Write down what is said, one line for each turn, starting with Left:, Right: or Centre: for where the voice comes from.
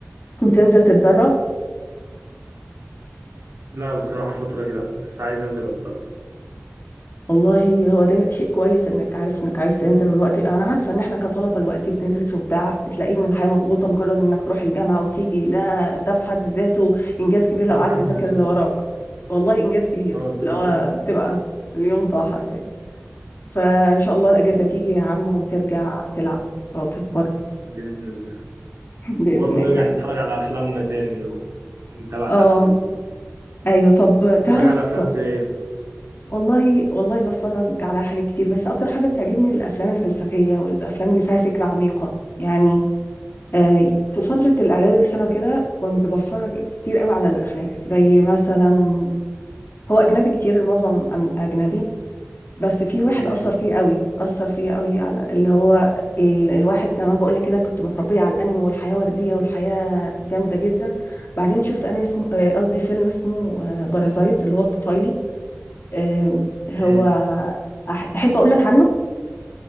Left: بتنزل تتدرب
Right: لا بصراحه الفتره دي لا بس عايز انزل اتدرب
Left: والله هو ده شيء كويس انك عارف انك عايز تنزل والوقت انا عارفه ان احنا كطلبه الوقت بندرس وبتاع بتلاقي ان الحياه مضغوطه مجرد انك تروح الجامعه وتيجي ده ده في حد ذاته انجاز كبير
Right: ده
Left: لو قعدت
Right: في حد
Left: تذاكر
Right: ذاته
Left: اللي وراك والله انجاز كبير
Right: اه بيبقى
Left: اللي هو
Right: اليوم ده
Left: بتبقى اليوم ضاع حرفيا فان شاء الله الاجازه تيجي يا عم وترجع تلعب او تتمرن
Right: مم. باذن الله
Left: <laughs> باذن
Right: وبرضه
Left: الله
Right: نرجع نتفرج على افلامنا تاني و... ونتابع
Left: اه
Right: الافلام وكله
Left: ايوه طب
Right: تتفرج
Left: تعرف
Right: على افلام زي
Left: والله والله بتفرج على حاجات كتير بس اكتر حاجه بتعجبني الافلام الفلسفيه والافلام اللي فيها فكره عميقه يعني آه، في فترة الإعدادي والثانوي كده كنت بتفرج كتير قوي على الأفلام زي مثلا هو أجنبي كتير المعظم أم- أجنبي بس في واحد
Right: ايه
Left: أثر
Right: مم.
Left: فيه قوي أثر فيه قوي على اللي هو ال... الواحد كمان بقول لك كده كنت متربية على الأنمي والحياة وردية والحياة جامدة جدا بعدين شفت أنمي اسمه آه، قصدي فيلم اسمه بارازايت اللي هو الطفيلي آم، هو
Right: مم.
Left: أح- تحب أقول لك عنه